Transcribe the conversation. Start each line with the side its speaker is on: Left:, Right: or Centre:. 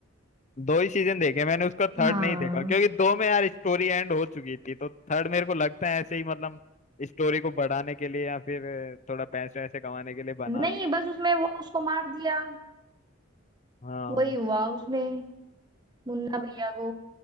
Left: दो ही सीजन देखे मैंने उसका
Right: हाँ
Left: थर्ड नहीं देखा क्योंकि दो में यार स्टोरी एंड हो चुकी थी तो थर्ड मेरे को लगता है ऐसे ही मतलब स्टोरी को बढ़ाने के लिए या फिर अ, थोड़ा पैसे वैसे कमाने के लिए बना
Right: नहीं
Left: ली
Right: बस उसमें वो उसको मार दिया
Left: हाँ
Right: वही हुआ उसमें मुन्ना भैया को